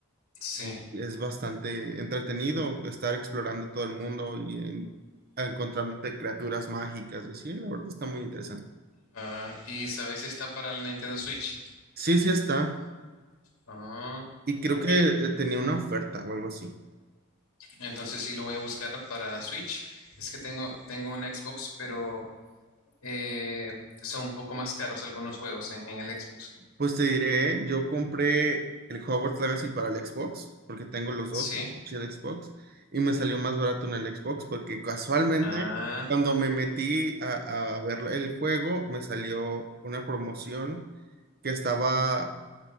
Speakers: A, on the left (about 70°); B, on the right (about 45°).
A: Sí.
B: Y es bastante entretenido estar explorando todo el mundo y en- encontrándote criaturas mágicas y así. La verdad está muy interesante.
A: Ah, ¿y sabes si está para la Nintendo Switch?
B: Sí, sí está.
A: Ah,
B: Y creo
A: ok.
B: que eh, tenía una oferta o algo así.
A: Entonces sí lo voy a buscar para la Switch. Es que tengo, tengo un Xbox, pero eh, son un poco más caros algunos juegos en, en el Xbox.
B: Pues te diré, ¿eh? yo compré el Hogwarts Legacy para el Xbox, porque tengo los
A: Sí.
B: dos, el Switch y el Xbox, y me salió más barato en el Xbox, porque casualmente
A: Ah,
B: cuando me metí a, a ver el juego, me salió una promoción que estaba